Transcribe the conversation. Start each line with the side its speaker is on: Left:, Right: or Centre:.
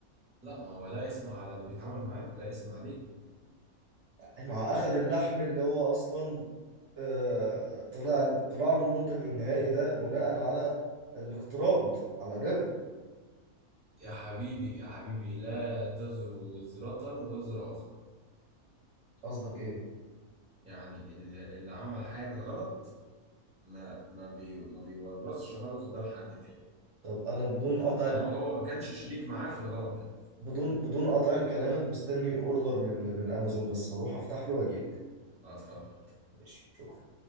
Centre: لا ما هو لا اسم على اللي بيتعامل معاه لا اسم عليه
Right: مع اخد اللحم اللي هو اصلا آه، طلع طلع له المنتج النهائي ده بناء على الاقتراض على الربا
Centre: يا حبيبي يا حبيبي لا تزر وزرة وزر أخرى
Right: قصدك ايه
Centre: يعني اللي اللي عمل حاجة غلط ما ما بي ما بيورثش غلطه ده لحد تاني
Right: طب انا بدون قطع
Centre: طالما هو ما كانش شريك معاه في الغلط ده
Right: بدون بدون قطع كلامك مستني اوردر من من امازون بس هروح افتح له واجيلك
Centre: اه اتفضل
Right: ماشي شكرا